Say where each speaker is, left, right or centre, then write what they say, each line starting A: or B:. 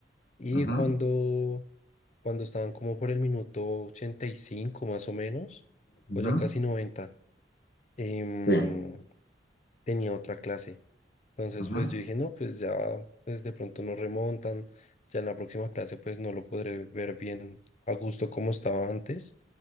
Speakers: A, on the left (about 35°); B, on the left (about 55°).
A: y
B: ujú,
A: cuando, cuando estaban como por el minuto 85 más o menos,
B: ujú,
A: o ya casi noventa em,
B: Sí.
A: tenía otra clase. Entonces,
B: ujú,
A: pues yo dije, no, pues ya, pues de pronto no remontan, ya en la próxima clase pues no lo podré ver bien a gusto como estaba antes.